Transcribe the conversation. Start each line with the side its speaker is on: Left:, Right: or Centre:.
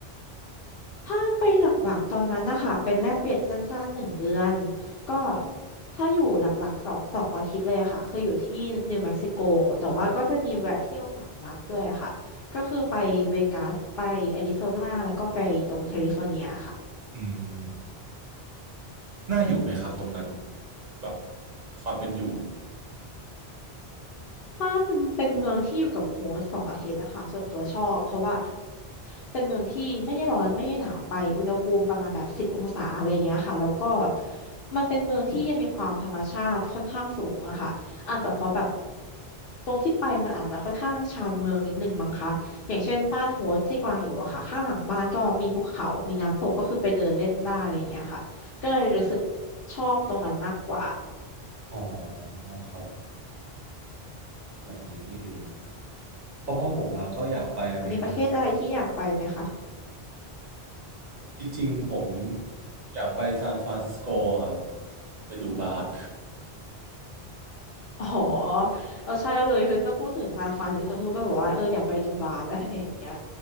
Left: ถ้าไปหลักๆตอนนั้นนะคะเป็นแลกเปลี่ยนสั้นๆหนึ่งเดือนก็ถ้าอยู่หลักๆสองสองอาทิตย์เลยอะค่ะคืออยู่ที่นิวเม็กซิโกแต่ว่าก็จะมีแวะเที่ยวสามรัฐด้วยอะค่ะก็คือไปเวกัสไปแอริโซนาแล้วก็ไปตรงแคลิฟอร์เนียค่ะ
Right: อืมน่าอยู่ไหมครับตรงนั้นแบบความเป็นอยู่
Left: ถ้าเป็นเป็นเมืองที่อยู่กับโฮสต์สองอาทิตย์นะคะส่วนตัวชอบเพราะว่าเป็นเมืองที่ไม่ได้ร้อนไม่ได้หนาวไปอุณหภูมิประมาณแบบสิบองศาอะไรเงี้ยค่ะแล้วก็มันเป็นเมืองที่ยังมีความธรรมชาติค่อนข้างสูงอะค่ะอาจจะเพราะแบบตรงที่ไปมันอาจจะค่อนข้างชานเมืองนิดนึงมั้งคะอย่างเช่นบ้านโฮสต์ที่กวางอยู่อะค่ะข้างหลังบ้านก็มีภูเขามีน้ำตกก็คือไปเดินเล่นได้อะไรเงี้ยค่ะก็เลยรู้สึกชอบตรงนั้นมากกว่า
Right: อ๋อครับแบบนี้นี่เองเพราะพ่อผมมาก็อยากไปอเมริกา
Left: ประเทศอะไรที่อยากไปไหมคะ
Right: จริงๆผมอยากไปซานฟรานซิสโกครับไปดูบาส
Left: อ๋อเราใช่เลยคือถ้าพูดถึงซานฟรานซิสโกก็แต่อว่าเอออยากไปดูบาร์ <laughs> อะไรอย่างเงี้ย